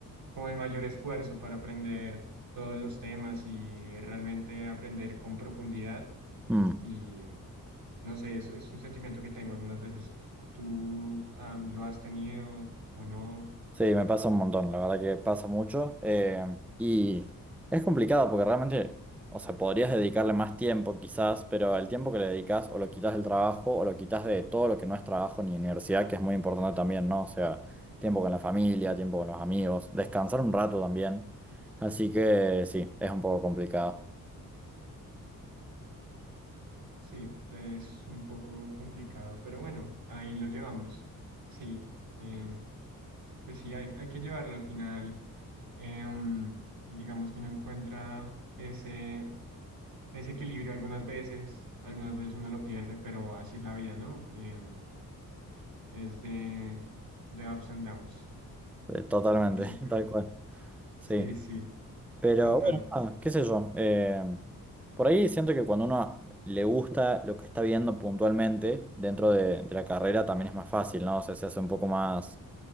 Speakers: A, on the right; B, in the centre.
A: como el mayor esfuerzo para aprender todos los temas y realmente aprender con profundidad.
B: Mm.
A: Y no sé, es, es un sentimiento que tengo algunas veces. ¿Tú, am, lo has tenido o no?
B: Sí, me pasa un montón, la verdad que pasa mucho. eh, y es complicado porque realmente, o sea, podrías dedicarle más tiempo quizás, pero el tiempo que le dedicas o lo quitas del trabajo o lo quitas de todo lo que no es trabajo ni universidad, que es muy importante también, ¿no? O sea, tiempo con la familia, tiempo con los amigos, descansar un rato también. Así que sí, es un poco complicado.
A: Sí, es un poco complicado, pero bueno, ahí lo llevamos. Sí, em, pues sí, hay, hay que llevarlo al final. em, digamos que uno encuentra ese, ese equilibrio algunas veces, algunas veces uno lo pierde, pero así es la vida, ¿no? Em, es de, de ups and downs,
B: eh, Totalmente,
A: eso
B: <laughs>
A: creo.
B: tal cual. Sí.
A: Sí, sí,
B: Pero
A: total.
B: bueno, nada, qué sé yo. eh, por ahí siento que cuando uno le gusta lo que está viendo puntualmente dentro de, de la carrera también es más fácil, ¿no? O sea, se hace un poco más,